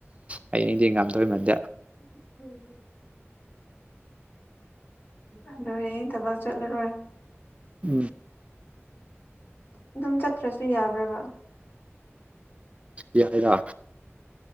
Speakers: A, on the right (about 30°); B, on the left (about 45°).
A: ꯍꯌꯦꯡꯗꯤ ꯉꯥꯝꯗꯣꯏꯃꯥꯟꯗꯦ
B: <unintelligible> ꯑꯗꯣ ꯍꯌꯦꯡ ꯊꯕꯛ ꯆꯠꯂꯔꯣꯏ
A: ꯎꯝ
B: ꯑꯗꯨꯝ ꯆꯠꯇ꯭ꯔꯁꯨ ꯌꯥꯕ꯭ꯔꯕ
A: ꯌꯥꯏꯗ